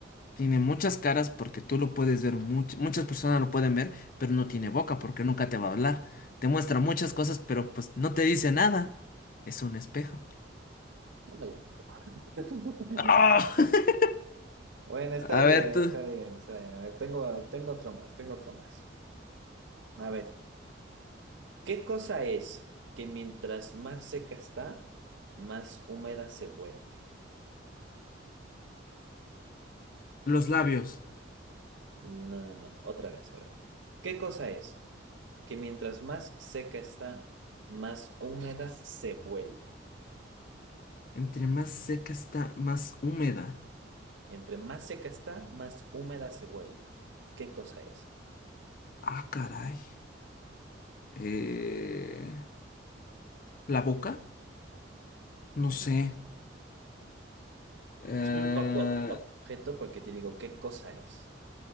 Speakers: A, on the left; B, on the right.
A: Tiene muchas caras porque tú lo puedes ver, much- muchas personas lo pueden ver, pero no
B: Ujú.
A: tiene boca porque nunca te va a hablar. Te muestra muchas cosas, pero pues no te dice nada. Es un espejo.
B: No me gusta. <laughs>
A: ¡Ah! <laughs>
B: Bueno, está
A: A
B: bien,
A: ver, tú.
B: está bien, está bien. A ver, tengo, tengo otro más, tengo otro más. A ver, ¿qué cosa es que mientras más seca está, más húmeda se vuelve?
A: Los
B: El-
A: labios.
B: No, no, no. Otra vez, a ver. ¿Qué cosa es que mientras más seca está, más húmeda se vuelve?
A: Entre más seca está, más húmeda.
B: Entre más seca está, más húmeda se vuelve. ¿Qué cosa es?
A: Ah, caray. Eh, ¿la boca?
B: No,
A: No sé.
B: no, no, no.
A: Eh,
B: Es un ob- ob- objeto porque te digo, ¿qué cosa es?